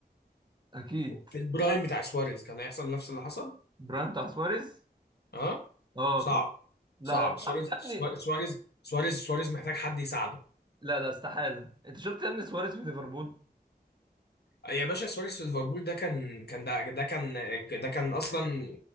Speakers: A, on the right (about 25°); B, on the left (about 75°).
A: اكيد
B: في البرايم بتاع سواريز كان هيحصل نفس اللي حصل
A: برايم بتاع سواريز
B: اه
A: اه
B: صعب
A: طبعا لا
B: صعب
A: لا طب
B: سواريز
A: يا ابني
B: سواريز سواريز سواريز سواريز محتاج حد يساعده
A: لا لا استحالة انت شفت يا ابني سواريز في ليفربول
B: آه، يا باشا سواريز في ليفربول ده كان كان ده ده كان ده كان اصلا